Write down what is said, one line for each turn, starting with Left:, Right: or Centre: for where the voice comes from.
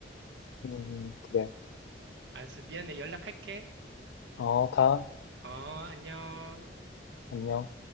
Left: 음, 그래.
Right: 알았어, 미안해, 연락할게.
Left: 어, 가.
Right: 어, 안녕.
Left: 안녕.